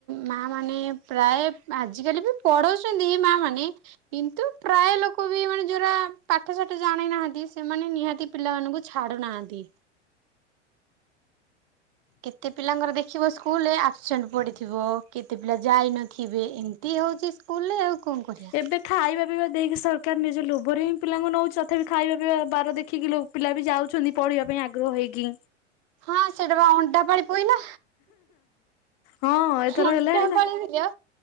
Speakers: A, on the right; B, on the left.
A: ମା ମାନେ ପ୍ରାୟ ଆଜିକାଲି ବି ପଢୋ ଚିନ୍ତି ମା ମାନେ କିନ୍ତୁ ପ୍ରାୟ ଲୋକ ବି ମାନେ ଯୋଉରା ପାଠସାଠ ଜାଣି ନାହାନ୍ତି। ସେମାନେ ନିହାତି ପିଲାମାନଙ୍କୁ ଛାଡୁନାହାନ୍ତି। କେତେ ପିଲାଙ୍କର ଦେଖିବ ସ୍କୁଲରେ ଆବସେଣ୍ଟ ପଡିଥିବ। କେତେ ପିଲା ଯାଇନଥିବେ। ଏମିତି ହଉଛି ସ୍କୁଲରେ ଆଉ। କଣ କରିବା
B: ଏବେ ଖାଇବା ପିଇବା ଦେଇକି ସର୍ କାର୍ ନିଜ ଲୋଭରେ ହିଁ ପିଲାଙ୍କୁ ନଉଛି। ତଥାପି ଖାଇବା ପିଇବା ବାର ଦେଖିକି ପିଲା ବି ଯାଉଛନ୍ତି ପଢିବା ପାଇଁ ଆଗ୍ରହ ହେଇକି।
A: ହଁ ସେଇଟା ବା ଅଣ୍ଡା ପାଳି। ପଇଲା
B: ହଁ ଏଥର
A: ଅଣ୍ଟା
B: ହେଲାଣି ନା।
A: ପାଳି ପିଲା